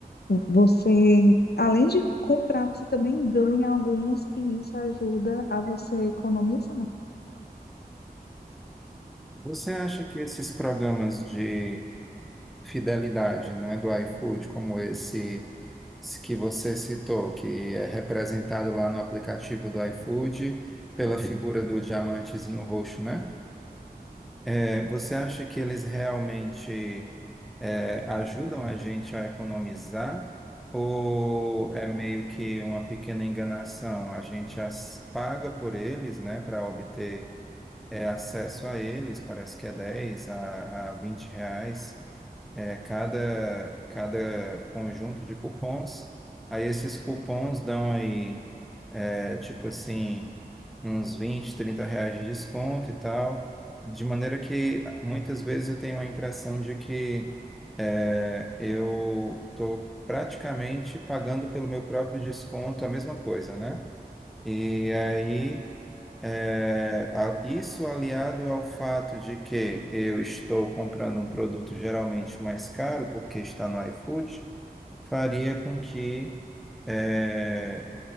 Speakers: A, on the left; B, in the centre.
A: Você, além de comprar, você também ganha alguns e isso ajuda a você economizar.
B: Você acha que esses programas de fidelidade, né, do iFood, como esse, esse que você citou, que é representado lá no aplicativo do iFood pela figura do diamantezinho roxo, né? É, você acha que eles realmente é, ajudam a gente a economizar ou é meio que uma pequena enganação? A gente as paga por eles, né, para obter é, acesso a eles, parece que é 10 a, a 20 reais é, cada, cada conjunto de cupons. Aí esses cupons dão aí é tipo assim, uns 20 30 reais de desconto e tal. De maneira que muitas vezes eu tenho a impressão de que é, eu estou praticamente pagando pelo meu próprio desconto a mesma coisa, né? E aí, é, a- isso aliado ao fato de que eu estou comprando um produto geralmente mais caro, porque está no iFood, faria com que é,